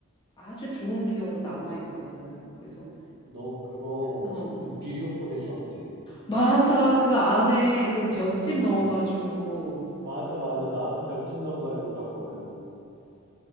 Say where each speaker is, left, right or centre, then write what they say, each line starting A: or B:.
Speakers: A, on the left; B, on the right.
A: 아주 좋은 기억으로 남아있거든. 그래서,
B: 너 그거
A: 어.
B: 비료포대 썼지?
A: 맞아. 그 안에 그 볏짚 넣어가지고.
B: 응 맞아, 맞아. 나도 볏짚 넣어가지고 탔거든.